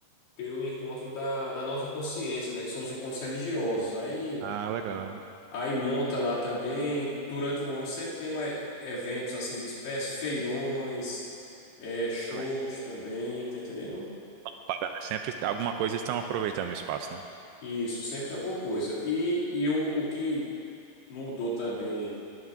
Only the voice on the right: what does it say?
Ah, legal.
Excelente.
Para, né? Sempre alguma coisa estão aproveitando o espaço, né?